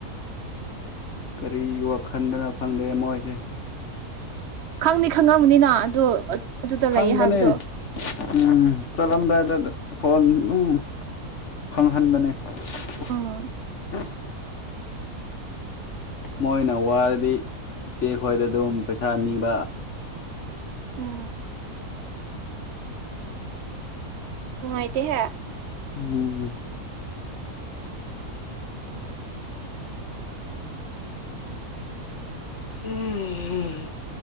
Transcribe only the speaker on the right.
ꯈꯪꯅꯤ ꯈꯪꯉꯕꯅꯤꯅ ꯑꯗꯣ ꯑꯗꯨꯗ
ꯂꯩꯌꯦ ꯍꯥꯏꯕꯗꯣ
ꯑꯥ
ꯎꯝ ꯎ ꯑꯥꯏꯇꯍꯦ